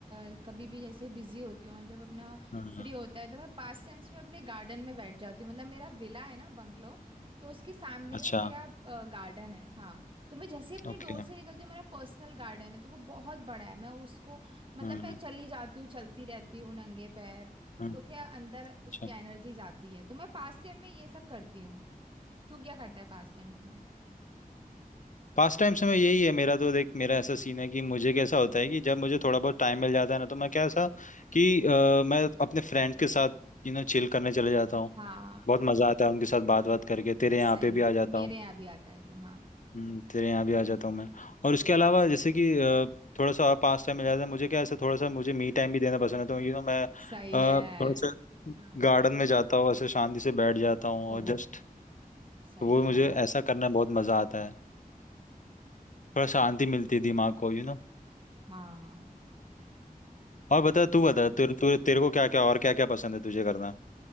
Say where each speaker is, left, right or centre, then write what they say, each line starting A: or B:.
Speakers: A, on the right; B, on the left.
A: अ, कभी भी जैसे बिजी होती हूँ और जब अपना
B: हम्म
A: फ्री होता है तो मैं पास टाइम्स में अपने गार्डन में बैठ जाती हूँ मतलब मेरा विला है ना बंगलो तो उसके सामने
B: अच्छा
A: ही मेरा गार्डन है हाँ तो मैं जैसे ही अपने
B: ओके
A: डोर से निकलती हूँ मेरा पर्सनल गार्डन है तो वो बहुत बड़ा है मैं उसको मतलब
B: हम्म
A: मैं चली जाती हूँ चलती रहती हूँ नंगे पैर
B: हम्म
A: तो क्या अंदर उसकी
B: अच्छा
A: एनर्जी जाती है तो मैं पास टाइम में ये सब करती हूँ तू क्या करता है पास टाइम्स में
B: पास टाइम से मैं यही है मेरा तो देख मेरा ऐसा सीन है कि मुझे कैसा होता है कि जब मुझे थोड़ा बहुत टाइम मिल जाता है ना तो मैं कैसा कि अ, मैं अपने फ्रेंड्स के साथ यू नो चिल करने चले जाता हूँ
A: हाँ
B: बहुत मजा आता है उनके साथ बात बात करके तेरे
A: सही
B: यहाँ पे
A: में
B: भी आ जाता
A: मेरे
B: हूँ
A: यहाँ भी आता है तू हाँ
B: हम्म, तेरे यहाँ भी आ जाता हूँ मैं और उसके अलावा जैसे कि अ, थोड़ा सा और पास टाइम मिल जाता है मुझे क्या ऐसे थोड़ा सा मुझे मी टाइम भी देना पसंद है तो यू नो मैं अ,
A: सही है
B: थोड़ा सा
A: हाँ
B: गार्डन में जाता हूँ ऐसे शांति से बैठ जाता हूँ
A: ओ
B: और जस्ट
A: सही
B: तो वो
A: है
B: मुझे
A: यार
B: ऐसा करना बहुत मज़ा आता है थोड़ा शांति मिलती है दिमाग को यू नो
A: हाँ
B: और बता तू बता तेरे तेरे तेरे को क्या क्या और क्या क्या पसंद है तुझे करना